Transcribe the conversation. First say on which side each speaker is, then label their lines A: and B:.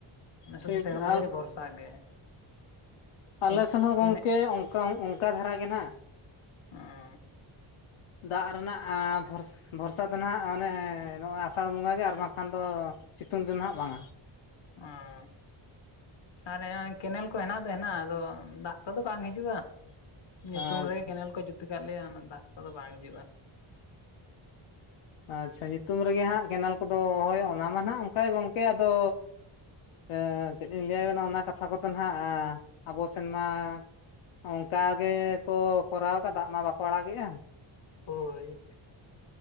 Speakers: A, on the left; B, on the left.
A: ᱚᱱᱟ
B: ᱴᱷᱤᱠ
A: ᱥᱩᱫᱷᱩ ᱥᱮᱨᱢᱟ
B: ᱟᱨ
A: ᱡᱟᱹᱨᱤ ᱵᱷᱚᱨᱥᱟ ᱜᱮ᱾ ᱠᱮᱱ
B: ᱟᱞᱮ ᱥᱮᱱ ᱦᱚᱸ
A: ᱠᱮᱱᱮᱜ
B: ᱜᱚᱝᱠᱮ ᱚᱝᱠᱟ ᱚᱝᱠᱟ ᱫᱷᱟᱨᱟ ᱜᱮ ᱱᱟᱜ
A: <unintelligible>
B: ᱫᱟᱜ ᱨᱮᱱᱟᱜ <inaudible> ᱵᱷᱚᱨᱥᱟ ᱫᱚ ᱱᱟᱜ ᱚᱱᱮ ᱱᱚᱣᱟ ᱟᱥᱟᱲ ᱵᱚᱸᱜᱟ ᱜᱮ ᱟᱨ ᱵᱟᱝᱠᱷᱟᱱ ᱫᱚ ᱥᱤᱛᱩᱝ ᱫᱤᱱ ᱦᱟᱸᱜ ᱵᱟᱝ ᱟ
A: ᱟ ᱟᱨᱮ <unintelligible> ᱠᱮᱱᱮᱞ ᱠᱚ ᱦᱮᱱᱟᱜ ᱫᱚ ᱦᱮᱱᱟᱜᱼᱟ ᱟᱫᱚ ᱫᱟᱜ ᱠᱚᱫᱚ ᱵᱟᱝ ᱦᱤᱡᱩᱜᱼᱟ ᱧᱩᱛᱩᱢ
B: ᱟᱪᱪᱷᱟ
A: ᱨᱮ ᱠᱮᱱᱮᱞ ᱠᱚ ᱡᱩᱛ ᱠᱟᱫ ᱞᱮᱭᱟ ᱚᱱᱟ ᱫᱟᱜ ᱠᱚᱫᱚ ᱵᱟᱝ ᱦᱤᱡᱩᱜᱼᱟ
B: ᱟᱪᱪᱷᱟ ᱧᱩᱛᱩᱢ ᱨᱮᱜᱮ ᱦᱟᱸᱜ ᱠᱮᱱᱮᱞ ᱠᱚᱫᱚ ᱦᱳᱭ ᱚᱱᱟ ᱢᱟ ᱱᱟᱸᱜ ᱚᱱᱠᱟ ᱜᱚᱝᱠᱮ ᱟᱫᱚ <unintelligible> ᱪᱮᱫ ᱤᱧ ᱞᱟᱹᱭ <inaudible> ᱠᱟᱛᱷᱟ ᱠᱚᱫᱚ ᱱᱟᱦᱟᱸᱜ ᱟᱵᱚ ᱥᱮᱫ ᱢᱟ ᱚᱱᱠᱟ ᱜᱮ ᱠᱚ ᱠᱚᱨᱟᱣ ᱠᱟᱫᱟ ᱚᱱᱟ ᱵᱟᱠᱚ ᱟᱲᱟᱜᱮᱜᱼᱟ
A: ᱦᱳᱭ